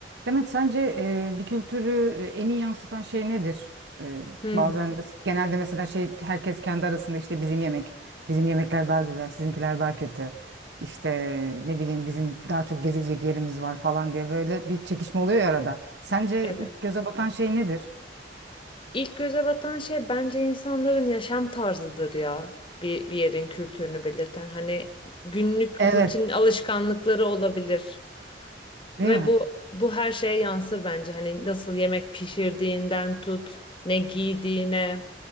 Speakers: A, on the right; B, on the left.
A: Demet, sence e, bir kültürü e, en iyi yansıtan şey nedir? E,
B: Hmm,
A: bazen biz- genelde mesela şey herkes kendi arasında işte bizim yemek, bizim yemekler daha güzel, sizinkiler daha kötü. İşte ne bileyim bizim daha çok gezilecek yerimiz var falan diye böyle bir çekişme oluyor ya arada. Sence
B: evet.
A: ilk göze batan şey nedir?
B: İlk göze batan şey bence insanların yaşam tarzıdır ya. Bir, bir yerin kültürünü belirten hani günlük
A: Evet,
B: rutin alışkanlıkları olabilir ve
A: değil mi?
B: bu bu her şeye yansır bence. Hani nasıl yemek pişirdiğinden tut, ne giydiğine,